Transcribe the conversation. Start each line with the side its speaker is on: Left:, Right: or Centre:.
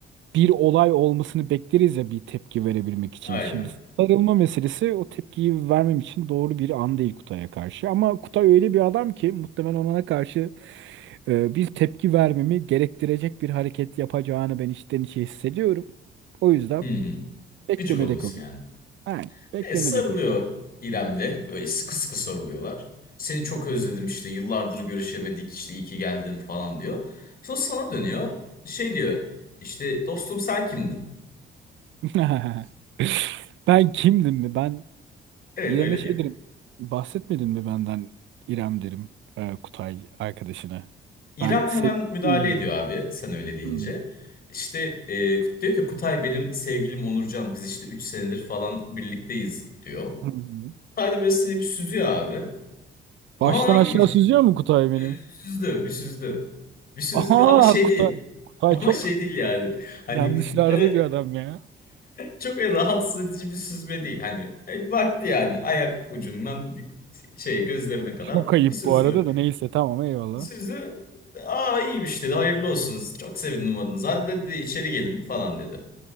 Right: bir olay olmasını bekleriz ya bir tepki verebilmek için.
Left: Aynen.
Right: Şimdi sarılma meselesi o tepkiyi vermem için doğru bir an değil Kutay'a karşı. Ama Kutay öyle bir adam ki muhtemelen ona karşı e, bir tepki vermemi gerektirecek bir hareket yapacağını ben içten içe hissediyorum. O yüzden
Left: Hı hı.
Right: beklemede
Left: Gıcık oluyorsun
Right: kalın.
Left: yani.
Right: Ben beklemede
Left: E, sarılıyor
Right: kalın.
Left: İrem'le. Böyle sıkı sıkı sarılıyorlar. Seni çok özledim işte yıllardır görüşemedik işte iyi ki geldin falan diyor. Sonra sana dönüyor. Şey diyor işte dostum sen kimdin?
Right: <laughs> Ben kimdim mi? Ben
Left: Evet
Right: İrem'e
Left: öyle
Right: şey
Left: diyor.
Right: derim. Bahsetmedin mi benden İrem derim. e, Kutay arkadaşına.
Left: İrem
Right: Ben
Left: hemen
Right: sevgilisiyim
Left: müdahale ediyor
Right: derim.
Left: abi sen öyle deyince.
Right: Hı
Left: İşte e, Kut- diyor ki Kutay benim sevgilim Onurcan biz işte 3 senedir falan birlikteyiz diyor.
Right: hı.
Left: Kutay da böyle seni bir süzüyor abi. Ha
Right: Baştan aşağı
Left: iyiymiş.
Right: süzüyor mu Kutay beni?
Left: Bir süzdü bir süzdü. Bir süzdü
Right: Aha
Left: ama şey
Right: Kutay.
Left: değil.
Right: Kutay
Left: Ama
Right: çok
Left: şey değil yani. Hani
Right: yanlışlarda
Left: öyle
Right: bir adam ya.
Left: çok öyle rahatsız edici bir süzme değil. Hani e, baktı yani ayak ucundan bir şey gözlerine kadar
Right: Çok ayıp
Left: bir süzdü.
Right: bu arada da neyse tamam eyvallah.
Left: Bir süzdü. Aa iyiymiş dedi. Hayırlı olsun. Çok sevindim adınız. Hadi dedi içeri gelin falan dedi.